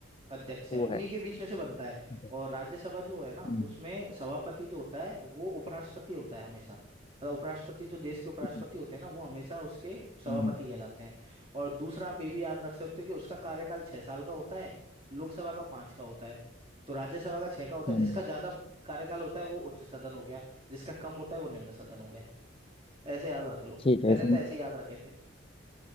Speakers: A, on the right; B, on the left.
A: अध्यक्ष है
B: वो
A: उन्हीं
B: है
A: के बीच में से बनता है
B: अच्छा,
A: और राज्यसभा जो है ना
B: हम्म
A: उसमें सभापति जो होता है वो उपराष्ट्रपति होता है हमेशा मतलब उपराष्ट्रपति जो देश के उपराष्ट्रपति
B: ठीक है
A: होते हैं ना वो हमेशा उसके सभापति
B: हम्म
A: कहलाते हैं और दूसरा आप ये भी याद रख सकते हो कि उसका कार्यकाल छह साल का होता है लोकसभा का पांच का होता है तो राज्यसभा का छह का होता
B: हम्म,
A: है जिसका ज्यादा कार्यकाल होता है वो उच्च सदन हो गया जिसका कम होता है वो निम्न सदन हो गया ऐसे याद रख लो
B: ठीक है
A: मैंने
B: इसमें
A: तो ऐसे ही याद रखे थे